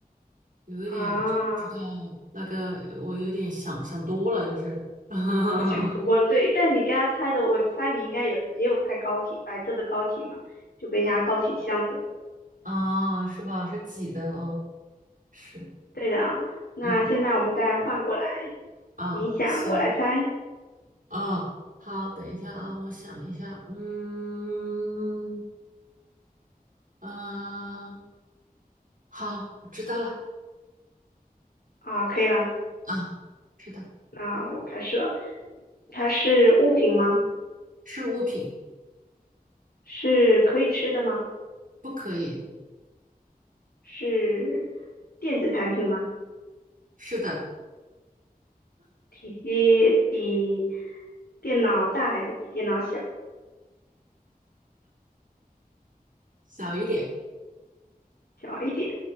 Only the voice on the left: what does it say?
啊。
好像不过对，但你刚才猜的，我猜你应该有也有猜膏体，白色的膏体嘛，就跟牙膏挺像的。
对的啊，那现在我们再换过来，
你想我来猜
啊，可以啦，
那我开始了。它是物品吗？
是可以吃的吗？
是电子产品吗？
体积比电脑大还是比电脑小？
小一点。